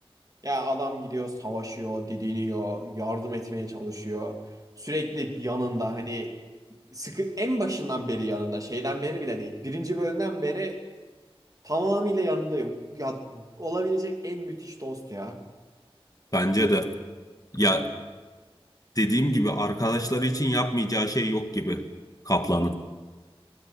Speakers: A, on the right; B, on the left.
A: Ya adam gidiyor savaşıyor, didiniyor, yardım etmeye çalışıyor. Sürekli yanında hani sıkı en başından beri yanında şeyden beri bile değil. Birinci bölümden beri tamamıyla yanındayım. Ya olabilecek en müthiş dost ya.
B: Bence de. Ya dediğim gibi arkadaşları için yapmayacağı şey yok gibi Kaplan'ın.